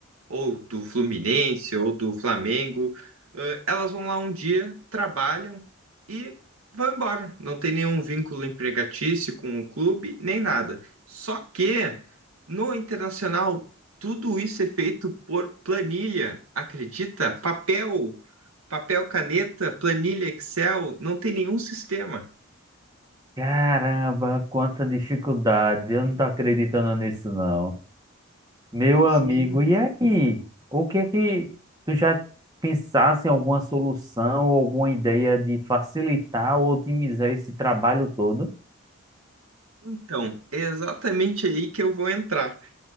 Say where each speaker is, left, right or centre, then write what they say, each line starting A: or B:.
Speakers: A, on the right; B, on the right.
A: ou do Fluminense, ou do Flamengo, eh, elas vão lá um dia, trabalham e vão embora. Não tem nenhum vínculo empregatício com o clube, nem nada. Só que no Internacional, tudo isso é feito por planilha, acredita? Papel, papel, caneta, planilha Excel, não tem nenhum sistema.
B: Caramba, quanta dificuldade. Eu não tô acreditando nisso, não. Meu amigo,
A: Sim.
B: e aí? O que é que tu já pensasse em alguma solução, alguma ideia de facilitar ou otimizar esse trabalho todo?
A: Então, é exatamente aí que eu vou entrar.